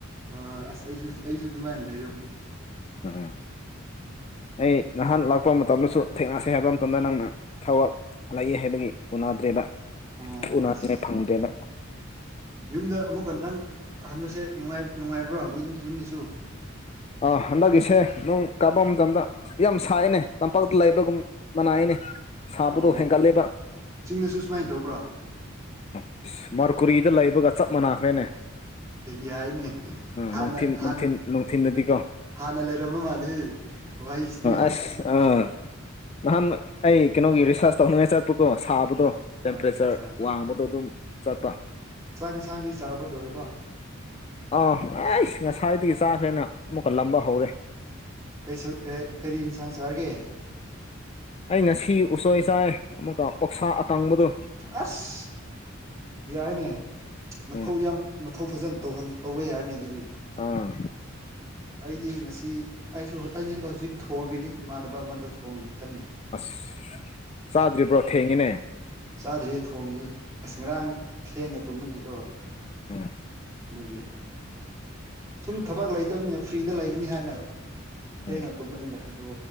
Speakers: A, on the right; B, on the left.
A: ꯑ ꯑꯁ ꯑꯩꯁꯨ ꯑꯩꯁꯨ ꯑꯗꯨꯃꯥꯏꯅ ꯂꯩꯔꯕꯅꯤ
B: ꯑ ꯑꯩ ꯅꯍꯥꯟ ꯂꯥꯛꯄ ꯃꯇꯝꯗꯁꯨ ꯊꯦꯡꯅꯁꯦ ꯍꯥꯏꯕ ꯃꯇꯝꯗ ꯅꯪꯅ ꯊꯕꯛ ꯂꯩꯌꯦ ꯍꯥꯏꯕꯒꯤ ꯎꯅꯗ꯭ꯔꯦꯕ
A: ꯑꯣ
B: ꯊꯨꯅꯥꯉꯥꯏ
A: ꯑꯁ
B: ꯐꯪꯗ꯭ꯔꯦꯕ
A: ꯌꯨꯝꯗ ꯑꯃꯨꯛꯀ ꯅꯪ ꯍꯟꯕꯁꯦ ꯅꯨꯡꯉꯥꯏꯕ꯭ꯔꯥ <unintelligible> ꯌꯨꯝꯗꯁꯨ
B: ꯑ ꯍꯟꯗꯛꯀꯤꯁꯦ ꯅꯣꯡ ꯇꯥꯕ ꯃꯇꯝꯗ ꯌꯥꯝ ꯁꯥꯏꯌꯦꯅꯦ ꯇꯝꯄꯥꯛꯇ ꯂꯩꯕꯒꯨꯝ ꯃꯅꯥꯏꯅꯦ ꯁꯥꯕꯗꯣ
A: ꯑꯣ
B: ꯍꯦꯟꯒꯠꯂꯦꯕ
A: ꯆꯤꯡꯗꯁꯨ ꯁꯨꯃꯥꯏꯅ ꯇꯧꯕ꯭ꯔꯣ
B: ꯏꯁ ꯃꯥꯔꯀꯨꯔꯤꯗ ꯂꯩꯕꯒ ꯆꯞ ꯃꯥꯟꯅꯈ꯭ꯔꯦꯅꯦ
A: ꯌꯥꯏꯅꯦ ꯍꯥꯟꯅ
B: ꯅꯨꯡꯊꯤꯟ
A: ꯍꯥꯟꯅ
B: ꯅꯨꯡꯊꯤꯟ ꯅꯨꯡꯊꯤꯟꯗꯗꯤ ꯑ
A: ꯍꯥꯟꯅ ꯂꯩꯔꯝꯕ ꯃꯥꯜꯂꯦ ꯋꯥꯍꯩꯁꯤꯗꯤ
B: ꯑꯁ ꯑꯥ ꯅꯍꯥꯟ ꯑꯩ ꯀꯩꯅꯣꯒꯤ ꯔꯤꯁꯥꯁ ꯇꯧꯅꯤꯉꯥꯏ ꯆꯠꯄ ꯀꯣ ꯁꯥꯕꯗꯣ
A: ꯑ
B: ꯇꯦꯝꯄꯔꯦꯆꯔ
A: ꯑꯠꯆꯥ ꯑꯠꯆꯥ
B: ꯋꯥꯡꯕꯗꯣ ꯑꯗꯨꯝ ꯆꯠꯄ
A: ꯆꯥꯛ ꯏꯟꯁꯥꯡꯗꯤ ꯆꯥꯕ ꯂꯣꯏꯔꯕ
B: ꯑꯥ ꯑꯩꯁ ꯉꯁꯥꯏꯗꯒꯤ ꯆꯥꯈ꯭ꯔꯦꯅ ꯑꯃꯨꯛꯀ ꯂꯥꯝꯕ ꯍꯧꯔꯦ
A: ꯑꯩꯁꯨ ꯀꯔꯤ ꯌꯦꯟꯁꯥꯡ ꯆꯥꯔꯒꯦ
B: ꯑꯩ ꯉꯁꯤ ꯎꯁꯣꯏ ꯆꯥꯏ ꯑꯃꯨꯛꯀ ꯑꯣꯛꯁꯥ ꯑꯀꯪꯕꯗꯣ
A: ꯑꯁ ꯌꯥꯏꯅꯦ ꯃꯊꯧ
B: ꯎꯝ
A: ꯌꯥꯝ ꯃꯊꯧ ꯐꯖꯅ ꯇꯧꯍꯟ ꯇꯧꯕ ꯌꯥꯔꯅꯤ ꯑꯗꯨꯗꯤ
B: ꯑꯥ
A: ꯑꯩꯗꯤ ꯉꯁꯤ ꯑꯩꯁꯨ ꯑꯩꯁꯨ ꯍꯧꯖꯤꯛ ꯊꯣꯡꯔꯤꯗꯤ ꯏꯃꯥꯟꯅꯕ ꯑꯃꯗ ꯊꯣꯡꯔꯤ ꯀꯟꯅ
B: ꯑꯁ ꯆꯥꯗ꯭ꯔꯤꯕ꯭ꯔꯣ ꯊꯦꯡꯉꯤꯅꯦ
A: ꯆꯥꯗ꯭ꯔꯤꯌꯦ ꯊꯣꯡꯉꯤꯌꯦ ꯑꯁ ꯉꯔꯥꯡ ꯊꯦꯡꯅ ꯇꯨꯝꯕꯒꯤꯀꯣ
B: ꯎꯝ
A: ꯑꯗꯨꯒꯤ ꯁꯨꯝ ꯊꯕꯛ ꯂꯩꯇꯕꯅꯤꯅ ꯐ꯭ꯔꯤꯗ ꯂꯩꯒꯅꯤ ꯍꯥꯏꯅ
B: ꯎꯝ
A: ꯊꯦꯡꯅ ꯇꯨꯝꯕꯅꯤꯗ ꯑꯗꯨ